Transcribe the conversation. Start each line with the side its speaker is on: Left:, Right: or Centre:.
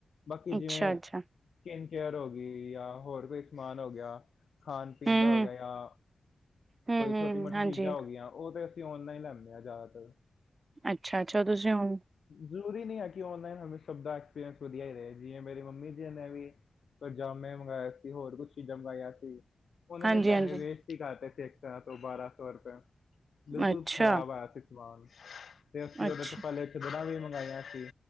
Left: ਬਾਕੀ ਜਿਵੇਂ
Right: ਅੱਛਾ ਅੱਛਾ
Left: ਸਕਿੱਨ ਕੇਅਰ ਹੋ ਗਈ ਯਾਂ ਹੋਰ ਕੋਈ ਸਮਾਨ ਹੋ ਗਿਆ, ਖਾਣ ਪੀਣ
Right: ਹਮ
Left: ਦਾ ਹੋ ਗਿਆ ਯਾਂ
Right: ਹਮ
Left: ਕੋਈ
Right: ਹਮ
Left: ਛੋਟੀ
Right: ਹਮ
Left: ਮੋਟੀ
Right: ਹਾਂਜੀ
Left: ਚੀਜਾਂ ਹੋ ਗਈਆਂ, ਓਹ ਤੇ ਅਸੀਂ ਔਨਲਾਈਨ ਲੈਂਦੇ ਆ ਜਿਆਦਾਤਰ।
Right: ਅੱਛਾ-ਅੱਛਾ, ਤੁਸੀਂ ਹੁਣ
Left: ਜ਼ਰੂਰੀ ਨੀ ਹੈ ਕਿ ਔਨਲਾਈਨ ਹਮੇਸ਼ਾ ਸਭ ਦਾ ਐਕਸਪੀਰੀਅੰਸ ਵਧੀਆ ਹੀ ਰਹੇ ਜਿਵੇ ਮੇਰੀ ਮੰਮੀ ਜਿਵੇ ਮੇਂ ਵੀ ਪਜਾਮੇ ਮੰਗਵਾਆ ਸੀ, ਹੋਰ ਕੁਛ ਚੀਜ਼ਾਂ ਮੰਗਾਇਂਆ ਸੀ। ਉਹਨਾਂ
Right: ਹਾਂਜੀ
Left: ਨੇ ਪੈਹੇ
Right: ਹਾਂਜੀ
Left: ਵੇਸਟ ਹੀ ਕਰਤੇ ਸੀ ਇੱਕ ਸਾਰਾਂ ਸੌ ਬਾਰਾਂ ਸੌ ਰੁਪਏ। ਬਿਲਕੁਲ
Right: ਅੱਛਾ
Left: ਖ਼ਰਾਬ ਆਇਆ ਸੀ ਸਮਾਨ ਤੇ ਅਸੀਂ
Right: ਅੱਛਾ
Left: ਓਹਦੇ ਤੋਂ ਪਹਿਲੇ ਚੰਦਰਾ ਵੀ ਮੰਗਾਈਆਂ ਸੀ